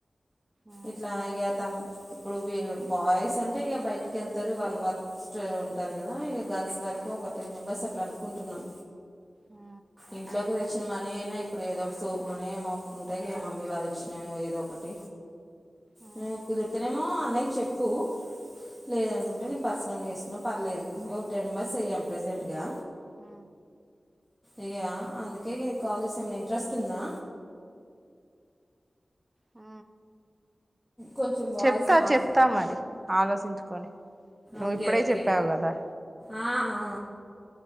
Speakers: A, on the right; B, in the centre.
A: ఉహు
B: ఇట్లా
A: ఉ
B: ఇగా తన్ ఇప్పుడు వి బాయ్స్ అంటే ఇగ బయటకెళ్తరు వాళ్ళు వర్క్ స్ట్రె ఉంటారు గదా ఇగ గర్ల్స్ వర్కు ఒక టెన్ మెంబర్స్ అట్ల అనుకుంటున్నం
A: ఉ
B: ఇంట్లోకి తె చ్చిన మనీనే ఇప్పుడు ఏదొ ఒక సోపు మనీ మోకుంటే ఇగ మమ్మీ వాళ్ళు ఇచ్చినయి ఏద్ దో ఒకటి
A: ఉ
B: నీకు కుదురుతునేమో అన్నయ్యకి చెప్పు లేదనుకుంటే
A: ఉ
B: నేను పర్సనల్గా ఎసుకున్నా పర్లేదు ఒక టెన్ మెంబర్స్ అయ్యాం ప్రెజెంట్గా
A: ఆ
B: ఇగ అందుకే ఇగ నిక్ కాలే జెస ఏమైన ఇంట్రెస్ట్ ఉందా
A: ఆ
B: కొంచెం వాయిస్
A: చెప్తా
B: మార్స్
A: చెప్తా మరి ఆలోసించుకొని నువ్
B: ఓకే
A: ఇప్పుడే
B: ఓకే
A: చెప్పావు గదా
B: ఆ, ఆ